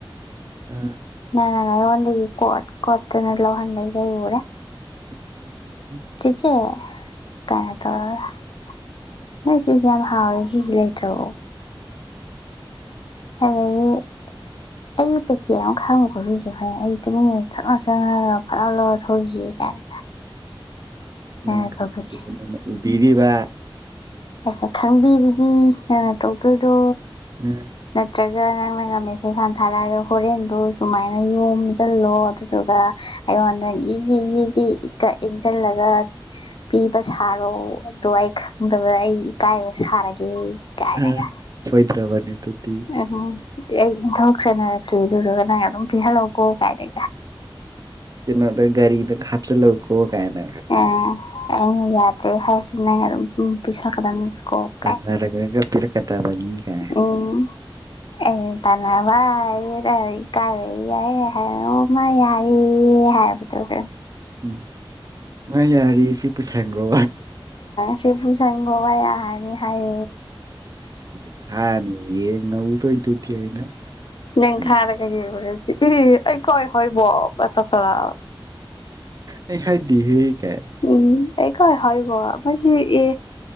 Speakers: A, on the right; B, on the left.
A: ꯑꯝ
B: ꯅꯪꯅ ꯑꯩꯉꯣꯟꯗꯒꯤ ꯀꯣꯠ ꯀꯣꯠꯇꯅ ꯂꯧꯍꯟꯗꯒꯦ ꯑꯩ ꯎꯔꯦ
A: ꯎꯝ ꯎꯝ ꯎ <inaudible>
B: ꯆꯦꯆꯦ ꯀꯩꯅ ꯇꯧꯔꯒ ꯁꯤꯁꯦ ꯌꯥꯝ ꯍꯥꯎꯋꯦ ꯁꯤꯁꯦ ꯂꯩꯇ꯭ꯔꯣ ꯑꯗꯒꯤ ꯑꯩ ꯄꯦꯀꯦꯠ ꯑꯃ ꯈꯥꯡꯕ ꯈꯣꯠꯂꯤꯁꯦ ꯍꯣꯔꯦꯟ ꯑꯩ ꯇꯨꯃꯤꯟꯅ ꯐꯠ ꯆꯪꯉꯒ ꯐꯠ ꯂꯥꯎ ꯂꯧꯔ ꯊꯣꯛꯈꯤ ꯀꯥꯏꯅ ꯅꯪꯅ
A: ꯅꯪ <unintelligible>
B: ꯇꯧꯗꯣꯏꯁꯦ
A: ꯎꯕꯤꯔꯤꯕ
B: ꯑꯩꯅ ꯈꯪꯕꯤꯔꯤꯅꯤ ꯅꯪꯅ ꯇꯧꯗꯣꯏꯗꯣ
A: ꯎꯝ
B: ꯅꯠꯇ꯭ꯔꯒ ꯅꯪꯅꯒ ꯃꯦꯁꯦꯁ ꯍꯟꯅ ꯊꯥꯔꯛꯑꯒ ꯍꯣꯔꯦꯟꯗꯨ ꯁꯨꯃꯥꯏꯅ ꯅꯣꯡꯃ ꯆꯜꯂꯨꯔꯣ ꯑꯗꯨꯗꯨꯒ ꯑꯩꯉꯣꯟꯗ ꯒꯤꯒꯤ ꯏꯟꯁꯤꯜꯂꯒ ꯄꯤꯕ ꯁꯥꯔꯣ ꯑꯗꯣ ꯑꯩ ꯈꯪꯗꯕꯗ ꯑꯩ ꯏꯀꯥꯏꯕ ꯁꯥꯔꯒꯦ ꯀꯥꯏꯅꯒ
A: ꯎꯝ ꯁꯣꯢꯗ꯭ꯔꯕꯅꯤ ꯑꯗꯨꯗꯤ
B: ꯎꯝ ꯑꯩ ꯏꯟꯊ ꯆꯅꯔꯛꯀꯦ ꯑꯗꯨꯗꯨꯒ ꯅꯪ ꯑꯗꯨꯝ ꯄꯤꯍꯜꯂꯛꯑꯣ ꯀꯥꯏꯅ
A: ꯀꯩꯅꯣꯗ ꯒꯥꯔꯤꯗ ꯍꯥꯥꯞꯆꯜꯂꯣꯀꯣ ꯀꯥꯏꯅ
B: ꯑ ꯑꯩꯅ ꯌꯥꯗ꯭ꯔꯦ ꯍꯥꯏꯁꯤꯅ ꯅꯪ ꯑꯗꯨꯝ ꯎꯝ ꯄꯩꯁꯥ ꯈꯤꯇꯪ ꯈꯥꯇꯪ
A: ꯇꯥꯟꯅꯔꯒ ꯄꯤꯔꯛꯀꯗꯕꯅꯤ ꯀꯥꯏ
B: <unintelligible> ꯎꯝ ꯑꯦ ꯇꯥꯟꯚꯥꯏ ꯀ ꯌꯥ <unintelligible> <unintelligible> ꯍꯥꯏ ꯃꯥ ꯌꯥꯔꯤ ꯍꯥꯏ ꯇꯧꯒ꯭ꯔꯦ
A: ꯎꯝ ꯃꯥ ꯌꯥꯔꯤ ꯁꯤ ꯄꯨꯁꯦꯡꯈ꯭ꯔꯣ
B: ꯁꯦ ꯄꯨꯁꯤꯟꯈ꯭ꯔꯣ <unintelligible> <unintelligible> ꯑꯍꯅꯤ ꯍꯥꯏ
A: ꯁꯤꯗ <unintelligible> ꯍꯥꯟꯅ ꯌꯦꯡ ꯉꯧꯗꯣꯏꯗꯨꯗꯤ ꯑꯩꯅ
B: ꯅꯪ
A: ꯑꯩ
B: ꯊꯔꯒ ꯌꯦꯡꯎꯔꯒ ꯑꯩ ꯀꯣꯏ ꯍꯣꯏꯕ ꯀꯥꯢꯅ ꯇꯧꯈꯠꯂꯛꯑꯕ
A: ꯑꯩ ꯍꯥꯢꯗꯦꯍꯦ ꯒꯥꯢꯅ
B: ꯎꯝ ꯑꯩꯥ ꯀꯥꯢ ꯍꯥꯢꯕ ꯃꯥꯁꯤꯗꯤ